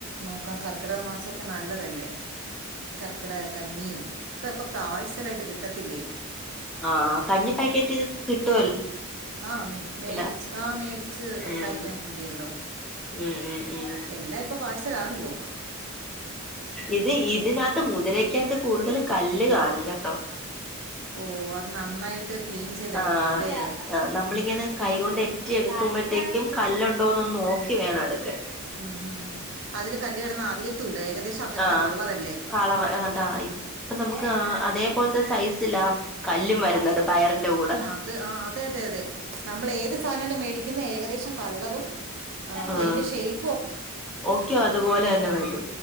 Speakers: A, on the right; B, in the centre.
A: നോക്കാം കർക്കിടക മാസമൊക്കെ നല്ലതല്ലേ കർക്കിടക കഞ്ഞിയും ഇപ്പൊക്കെ പാഴ്സലയിട്ട് കിട്ടത്തില്ലേ
B: ആഹ് കഞ്ഞി പാക്കറ്റ് ഇത് കിട്ടുവല്ലോ
A: ആഹ് മേടിച്ച്
B: ഇടാ
A: ആഹ് മേടിച്ച് ഉണ്ടാക്കിയാൽ
B: ഉം
A: മതിയല്ലോ
B: ഉം ഉം ഉം
A: എല്ലാ ഇപ്പോൾ പാഴ്സൽ ആണല്ലോ
B: ഇത് ഇതിനകത്ത് മുതിരക്കകത്ത് കൂടുതലും കല്ല് കാണും കേട്ടോ
A: ഓ അത് നന്നായിട്ട് ക്ലീൻ ചെയ്തെടുക്കണല്ലേ
B: ആഹ് നമ്മളിങ്ങനെ കൈകൊണ്ട് എറ്റി എടുക്കുമ്പോഴത്തേക്കും കല്ലുണ്ടോന്നൊന്ന് നോക്കി വേണം എടുക്കാൻ
A: ഉം ഉം ഉം അതില് കല്ല് കിടന്ന് അറിയത്തൂല്ല ഏകദേശ അങ്ങനത്തെ
B: ആഹ്
A: കളരല്ലേ
B: കളർ അതാ ഇപ്പൊ നമുക്ക്
A: ഉം
B: ആ അതേപോലത്തെ സൈസിലാ കല്ലും വരുന്നത് പയറിന്റെ കൂടെ
A: അത് ആഹ് അതെ അതെ അതെ നമ്മൾ ഏത് സാധനമാണ് മേടിക്കുന്നത് ഏകദേശം കളറും
B: ഉം
A: അയിന്റെ ഷേപ്പും ഒ
B: ഓക്കെ അതുപോലെ തന്നെ വരും